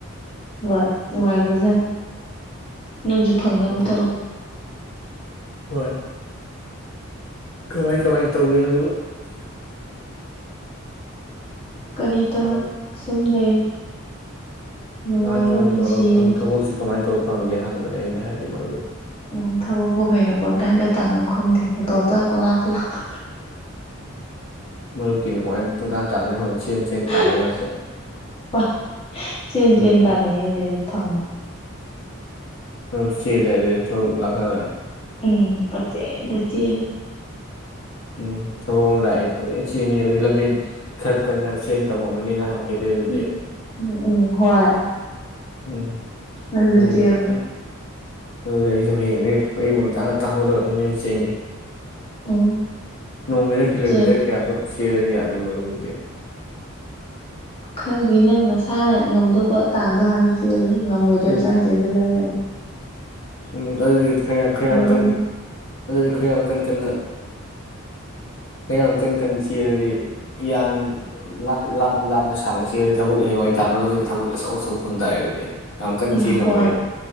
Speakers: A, on the left; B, on the left.
A: ꯋꯥꯏ ꯅꯨꯉꯥꯏꯒꯔꯥ ꯖꯥꯠꯅꯤ ꯅꯪꯁꯨ ꯐꯪꯅꯕ
B: ꯎꯝ
A: ꯇꯧ
B: ꯍꯣꯏ꯫ ꯀꯃꯥꯏ ꯀꯃꯥꯏꯅ ꯇꯧꯕꯤ ꯑꯗꯨꯒ
A: ꯀꯔꯤꯇꯧ
B: ꯀꯃꯥꯏ
A: ꯁꯨꯝ ꯂꯩ꯫ ꯅꯨꯡꯉꯥꯏꯕ
B: ꯀꯃꯥꯏ ꯀꯃꯥꯏꯅ
A: ꯄꯨꯟꯁꯤ
B: ꯇꯧꯔꯒ ꯐꯪ
A: ꯑꯃ
B: ꯊꯕꯛꯁꯤ ꯀꯃꯥꯏꯅ ꯇꯧꯔ ꯐꯪꯒꯦ ꯍꯪꯕꯅꯦ ꯑꯩꯅ ꯍꯥꯏꯗꯤ ꯃꯥꯔꯨ
A: ꯎꯝ ꯊꯕꯛꯄꯨ ꯀꯩꯅꯣ ꯄꯪꯇꯥꯟꯗ ꯇꯥꯟꯅꯧ ꯈꯪꯗꯦ ꯃꯇꯣꯟꯇ ꯄꯪꯂꯥꯛꯇ ꯂꯥꯛꯄ
B: ꯃꯔꯨꯞꯀꯤꯅꯀꯃꯥꯏꯅ ꯄꯪ ꯇꯥꯥꯟ ꯇꯥꯟꯅ ꯍꯧ ꯆꯦꯟ ꯆꯦꯟ
A: ꯍ
B: ꯇꯥꯟꯅꯩꯔꯣ
A: ꯍ ꯆꯦꯟ-ꯆꯦꯟ
B: ꯎꯝ
A: ꯇꯥꯅꯩ ꯑꯗꯨꯏꯗꯨ꯫ ꯐꯪꯉꯤ
B: ꯎꯝ ꯆꯦꯜꯂꯦ ꯑꯗꯨꯗꯤ ꯊꯔꯨꯛ ꯂꯥꯛꯀꯥꯟꯗ꯫
A: ꯎꯝ ꯄꯛꯆꯦꯟꯗ ꯆꯦꯜꯂꯦ꯫
B: ꯎꯝ ꯊꯕꯃ ꯂꯥꯛꯑꯦ ꯄꯪꯆꯦꯟ ꯆꯦꯟꯃꯤ ꯑꯗꯨ ꯂꯝꯕꯦꯟ ꯈꯔ ꯀꯟꯅ ꯆꯦꯟ ꯇꯝꯃꯕꯅꯤꯅ ꯍꯪ ꯈꯦꯗꯦꯗꯨꯗꯤ
A: ꯎꯝ ꯎꯝ ꯎꯝ ꯍꯣꯏ꯫
B: ꯎꯝ
A: ꯅꯪꯁꯨ
B: ꯅꯩ
A: ꯆꯦꯜꯂꯨ
B: ꯑ ꯑꯗꯨꯗꯤ ꯑꯩꯁꯨ ꯍꯌꯦꯡꯗꯩ ꯑꯌꯨꯛ ꯉꯟꯇꯥ-ꯉꯟꯇꯥ ꯍꯧꯒꯠꯂꯒ ꯂꯝꯖꯦꯟ ꯆꯦꯡꯒꯦ꯫
A: ꯎꯝ
B: ꯅꯣꯡꯃꯩꯅ ꯀꯤꯂꯣꯃꯤꯇꯔ
A: ꯆꯦꯜꯂꯨ
B: ꯀꯌꯥꯃꯨꯛ ꯆꯦꯜꯂꯗꯤ ꯌꯥꯅꯤ ꯃꯔꯣ ꯑꯗꯨꯗꯤ
A: ꯈꯪꯗꯦ ꯅꯪ ꯅꯁꯥꯅ ꯉꯝꯗꯧꯕ ꯆꯥꯡꯗꯣ ꯍꯥꯟꯅ ꯆꯦꯜꯂꯨ ꯉꯝꯃꯣꯏꯗꯕ
B: ꯑꯗꯨ
A: ꯆꯥꯡ ꯆꯦꯟꯁꯤꯜꯂꯅ
B: ꯎꯝ ꯑꯗꯨꯗꯤ ꯈ ꯈ ꯌꯥꯝ ꯀꯟꯅ
A: ꯉꯝꯃꯣꯏ
B: ꯑꯗꯨꯗꯤ ꯈꯌꯥꯝ ꯀꯟ ꯀꯟꯅ ꯈꯌꯥꯝ ꯀꯟ ꯀꯟꯅ ꯆꯦꯔꯗꯤ ꯌꯥꯝꯅ ꯂꯥꯞꯅ ꯂꯥꯞꯅ ꯁꯥꯡꯅ ꯆꯦꯔꯗꯤ ꯊꯕꯛ ꯑꯍꯦꯡꯋꯥꯏ ꯇꯥꯟꯅꯕꯗꯗꯤ ꯊꯕꯛ ꯑꯆꯧ ꯑꯆꯧꯕ ꯐꯪ ꯇꯥꯔꯦ ꯑꯗꯨꯗꯤ ꯌꯥꯝ ꯀꯟꯅ
A: ꯏ
B: ꯆꯦꯟ
A: ꯍꯣꯏ
B: ꯉꯝꯕꯩ